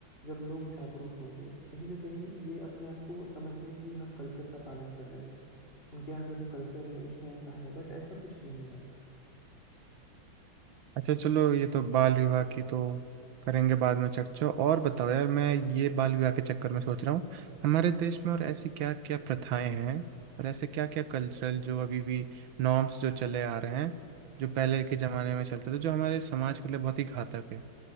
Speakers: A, on the left; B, on the right.
A: जब लोग जागरूक होंगे कहीं ना कहीं ये अपने आप को समझ रहे हैं कि हम कल्चर का पालन कर रहे हैं उनके यहाँ का जो कल्चर है उसमें ऐसा है बट ऐसा कुछ नहीं है यार
B: अच्छा चलो ये तो बाल विवाह की तो करेंगे बाद में चर्चा और बताओ यार मैं ये बाल विवाह के चक्कर में सोच रहा हूँ हमारे देश में और ऐसी क्या क्या प्रथाएं हैं और ऐसे क्या क्या कल्चरल जो अभी भी नॉर्म्स जो चले आ रहे हैं जो पहले के जमाने में चलते थे जो हमारे समाज के लिए बहुत ही घातक है